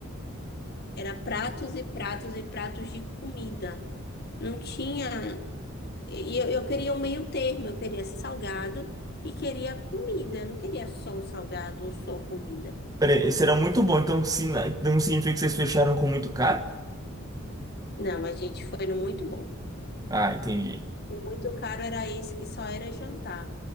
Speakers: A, on the left; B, on the right.
A: Era pratos e pratos e pratos de comida. Não tinha. E eu, eu queria o meio termo, eu queria salgado e queria comida. Eu não queria só o salgado ou só comida.
B: Peraí, esse era muito bom, então, se, então significa que vocês fecharam com muito caro?
A: Não, a gente foi no muito bom.
B: Ah, entendi,
A: O muito caro era esse que só era jantar.